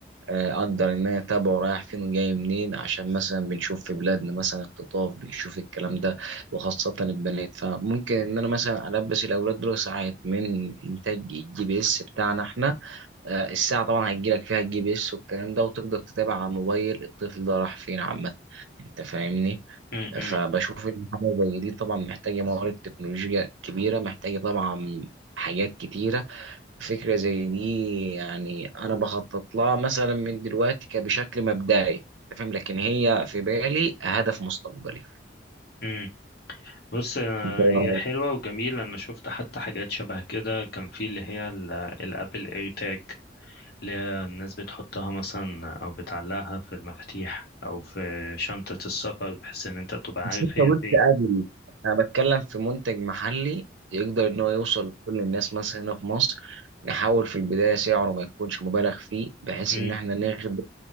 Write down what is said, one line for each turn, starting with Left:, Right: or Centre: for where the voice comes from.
Right: آه، أقدر إن أنا أتابعه رايح فين وجاي منين عشان مثلا بنشوف في بلادنا مثلا اختطاف بنشوف الكلام ده وخاصة البنات فممكن إن أنا مثلا ألبس الأولاد دول ساعات من إنتاج الجي بي إس بتاعنا إحنا آه، الساعة طبعا هتجيلك فيها الجي بي اس والكلام ده وتقدر تتابع على الموبايل الطفل ده راح فين عامة انت فاهمني
Left: مم، مم،
Right: فبشوف ان حاجة زي دي طبعا محتاجة موارد تكنولوجيا كبيرة محتاجة طبعا حاجات كتيرة فكرة زي دي يعني انا بخطط لها مثلا من دلوقتي كبشكل مبدئي انت فاهم لكن هي في بالي هدف مستقبلي
Left: مم. بص آه،
Right: انت
Left: هي حلوة وجميلة أنا شفت حتى حاجات شبه كده كان في اللي هي ال- الأبل إير تاج اللي هي الناس بتحطها مثلا أو بتعلقها في المفاتيح أو في شنطة السفر بحيث إن أنت تبقى عارف
Right: مش لسه
Left: هي
Right: قلت
Left: فين
Right: قبل انا بتكلم في منتج محلي يقدر ان هو يوصل لكل الناس مثلا هنا في مصر نحاول في البدايه سعره ما يكونش مبالغ فيه بحيث
Left: مم.
Right: ان احنا ناخد